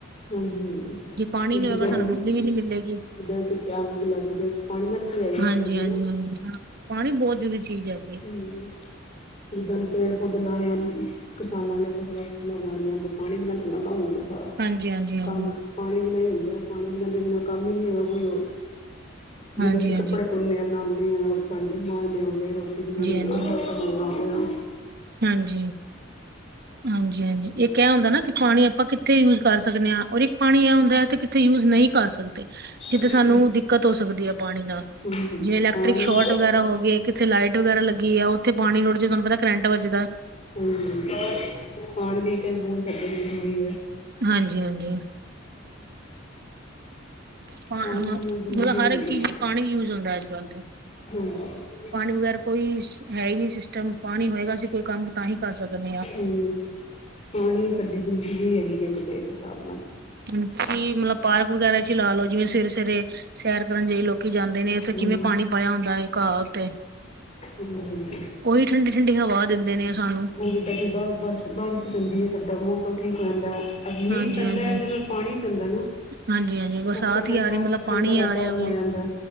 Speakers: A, on the left; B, on the right.
A: ਹਾਂਜੀ
B: ਜੇ ਪਾਣੀ
A: ਹੁਣ
B: ਨੀ
A: ਜਿੱਦਾਂ
B: ਹੋਏਗਾ ਸਾਨੂੰ
A: ਕਿ
B: ਬਿਜਲੀ ਵੀ ਨੀ ਮਿਲੇਗੀ।
A: ਜਿੱਦਾਂ ਕਿੱਥੇ ਅੱਗ ਉੱਗ ਲੱਗ ਜਾਏ। ਪਾਣੀ ਨਾਲ ਭਜਾਈ ਜਾ
B: ਹਾਂਜੀ
A: ਸਕਦੀ
B: ਹਾਂਜੀ
A: ਏ ਨਾ।
B: ਹਾਂਜੀ ਹਾਂ ਪਾਣੀ ਬਹੁਤ ਜਰੂਰੀ ਚੀਜ ਏ।
A: ਹੂੰ ਜਿੱਦਾਂ ਪੇੜ ਪੌਦੇੇ ਲਾਣੇ ਹਨ। ਕਿਸਾਨਾਂ ਨੇ ਫਸਲਾਂ- ਫਸਲਾਂ ਉਗਾਣੀਆਂ ਹਨ ਤੇ ਪਾਣੀ ਬਿਨਾਂ ਥੋੜ੍ਹਾ ਨਾ ਕੰਮ ਹੁੰਦਾ।
B: ਹਾਂਜੀ
A: <unintelligible>
B: ਹਾਂਜੀ ਹਾਂਜੀ
A: ਕੰਮ ਪਾਣੀ ਬਿਨਾ ਹੀ ਹੁੰਦਾ ਪਾਣੀ ਬਿਨਾਂ ਦੇ ਬਿਨਾ ਕੰਮ ਹੀ ਨਹੀ ਹੈਗਾ ਕੋਈ ਉਹ ਜਿੱਦਾਂ
B: ਹਾਂਜੀ
A: ਅਸੀਂ ਕੱਪੜੇ
B: ਹਾਂਜੀ ਹਾਂਜੀ
A: ਧੋਨੇ ਆਂ, <unintelligible> ਭਾਂਡੇ ਮਾਂਜਨੇ ਹੋ ਗਏ, ਰੋਟੀ ਬਣਾਣੀ,
B: ਹਾਂਜੀ
A: ਆਟਾ- ਉਟਾ ਮਲਣਾ ਹੋਵੇ ਨਾ।
B: ਹਾਂਜੀ ਹਾਂਜੀ ਹਾਂਜੀ ਇਹ ਕਹਿ ਹੁੰਦਾ ਨਾ ਕਿ ਪਾਣੀ ਆਪਾਂ ਕਿ ਕਿੱਥੇ ਯੂਜ ਕਰ ਸਕਦੇ ਆਂ। ਔਰ ਇੱਕ ਪਾਣੀ ਐ ਹੁੰਦਾ ਹੈ ਤੇ ਕਿੱਥੇ ਯੂਜ ਨਈ ਕਰ ਸਕਦੇ। ਜਿੱਥ
A: ਹਾਂਜੀ
B: ਸਾਨੂੰ ਦਿੱਕਤ ਹੋ ਸਕਦੀ ਐ ਪਾਣੀ ਨਾ
A: ਹਾਂਜੀ
B: ਜਿਵੇਂ ਇਲੈਕਟ੍ਰਿਕ
A: ਪਾਣੀ
B: ਸ਼ੋਰਟ ਵਗੈਰਾ ਹੋ ਗਏ। ਕਿੱਥੇ ਲਾਈਟ ਵਗੈਰਾ ਲੱਗੀ ਆ ਓਥੇ ਪਾਣੀ ਰੋੜ ਜੇ ਤੁਆਨੂੰ ਪਤਾ ਕਰੰਟ ਵੱਜਦਾ।
A: ਹੂੰ ਪਾਣੀ ਦੀ ਇੱਕ ਇੱਕ ਬੂੰਦ ਸਾਡੇ ' ਲਈ ਜ਼ਰੂਰੀ ਆ।
B: ਹਾਂਜੀ ਹਾਂਜੀ ਪਾ ਹਾਂ
A: ਪਾਣੀ ਬਿਨਾਂ ਜ਼ਿੰਦਗੀ
B: ਮਲਬ
A: ਨਹੀਂ
B: ਹਰ ਇੱਕ
A: ਹੈਗੀ
B: ਚੀਜ਼ ਲੀ ਪਾਣੀ ਯੂਜ ਹੁੰਦਾ ਅਜ ਕੱਲ ਤੇ।
A: ਹਾਂਜੀ
B: ਪਾਣੀ ਵਗੈਰਾ ਕੋਈ ਹੈ ਈ ਨੀ ਸਿਸਟਮ। ਪਾਣੀ ਹੋਏਗਾ ਅਸੀਂ ਕੋਈ ਕੰਮ ਤਾਂ ਹੀ ਕਰ ਸਕਨੇ ਆਂ।
A: ਹੂੰ ਪਾਣੀ ਸਾਡੀ ਜ਼ਿੰਦਗੀ ਹੈਗੀ ਏ ਇੱਕ ਤੇ ਇੱਕ ਸਾਬ ਨਾਲ।
B: ਜੀ ਮਲਬ ਪਾਰਕ ਵਗੈਰਾ 'ਚ ਈ ਲਾ ਲੋ। ਜਿਵੇਂ ਸਵੇਰੇ ਸਵੇਰੇ ਸੈਰ ਕਰਨ ਜਾਈ ਲੋ- ਜਾਂਦੇ ਨੇ ਓਥੇ
A: ਹਮ
B: ਕਿਵੇਂ ਪਾਣੀ ਪਾਇਆ ਹੁੰਦਾ ਏ ਘਾਹ ਉੱਤੇ।
A: ਹਾਂਜੀ ਹਾਂਜੀ
B: ਓਈ ਠੰਢੀ ਠੰਡੀ ਹਵਾ ਦਿੰਦੇ ਨੇ ਸਾਨੂੰ।
A: ਹੁਣ ਜਿੱਦਾਂ ਕਿ ਬ ਬਾਰਿਸ਼ ਬਾਰਿਸ਼ ਪੈੱਦੀ ਹੈ ਸਾਡਾ ਮੌਸਮ ਠੀਕ ਹੋ ਜਾਂਦਾ ਮੀਂਹ
B: ਹਾਂਜੀ
A: ਪੈਂਦਾ
B: ਹਾਂਜੀ
A: ਉਹਦੇ ਨਾਲ ਪਾਣੀ ਪੈਂਦਾ ਨਾ
B: ਹਾਂਜੀ ਹਾਂਜੀ ਬਰਸਾਤ
A: ਸਭ ਕੁਛ ਠੰਡਾ
B: ਹੀ ਆ ਰਹੀ ਮਤਲਬ
A: ਠੰਡਾ
B: ਪਾਣੀ ਆ
A: ਵਾਤਾਵਰਨ
B: ਰਿਹਾ ਵ
A: ਹੋ ਜਾਂਦਾ